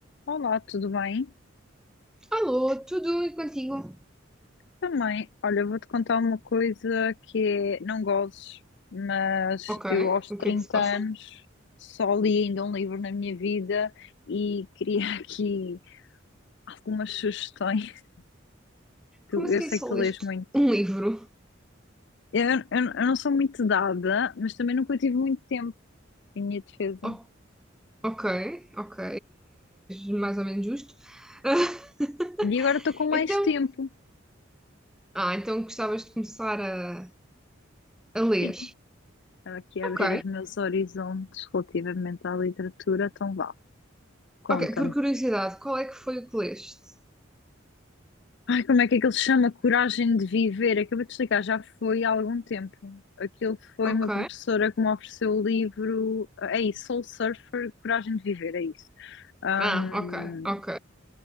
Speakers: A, on the left; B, in the centre.
A: Olá, tudo bem?
B: Alô, tudo e contigo?
A: Também, olha, eu vou-te contar uma coisa que é, não gozes, mas
B: Ok,
A: eu aos
B: o
A: 30
B: que é que se passa?
A: anos só li ainda um livro na minha vida e <laughs> queria aqui algumas sugestões. <laughs> Tu-
B: Como assim
A: Eu sei
B: só
A: que tu
B: leste
A: lês muito.
B: um livro?
A: Eu, eu, eu não sou muito dada, mas também nunca tive muito tempo em minha defesa.
B: O- ok, ok, é mais ou menos justo. <laughs>
A: E agora estou com
B: Então,
A: mais tempo.
B: ah, então gostavas de começar a, a ler.
A: Sim, estava aqui a
B: Ok,
A: abrir os meus horizontes relativamente à literatura, então vá, conta-me
B: ok, por curiosidade, qual é que foi o que leste?
A: Ai, como é que aquilo se chama? Coragem de Viver. Acabei de explicar, já foi há algum tempo. Aquilo foi
B: Ok,
A: uma professora que me ofereceu o livro. É isso, Soul Surfer, Coragem de Viver, é isso. Um,
B: ah, ok, ok,